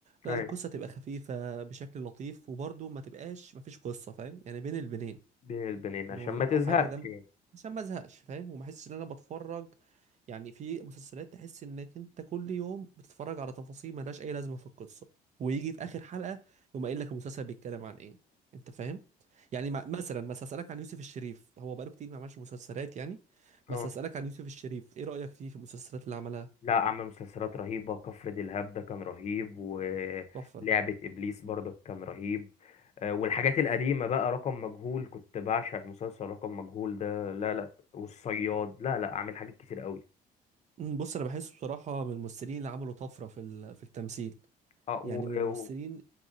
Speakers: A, on the right (about 45°); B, on the left (about 40°).
A: لا
B: أيوة.
A: القصه تبقى خفيفه بشكل لطيف وبرضه ما تبقاش ما فيش قصه فاهم يعني بين البنين
B: بين البنين
A: ان
B: عشان
A: هو يبقى
B: ما تزهقش
A: حاجه دم
B: يعني
A: عشان ما ازهقش فاهم وما احسش ان انا بتفرج يعني في مسلسلات تحس انك انت كل يوم بتتفرج على تفاصيل ملهاش اي لازمه في القصه ويجي في اخر حلقه يقوم قايل لك المسلسل بيتكلم عن ايه انت فاهم يعني ما- مثلا بس اسالك عن يوسف الشريف هو بقاله كتير ما عملش مسلسلات يعني بس
B: اه
A: اسالك عن يوسف الشريف ايه رايك فيه في المسلسلات اللي عملها
B: لا عمل مسلسلات رهيبة كفر دلهاب ده كان رهيب ولعبة
A: تحفه
B: إبليس برضك كان رهيب آه، والحاجات القديمة بقى رقم مجهول كنت بعشق مسلسل رقم مجهول ده لا لا والصياد لا لا عامل حاجات كتير قوي
A: أمم، بص انا بحسه بصراحه من الممثلين اللي عملوا طفره في ال- في التمثيل
B: اه
A: يعني
B: و...
A: من الممثلين
B: و...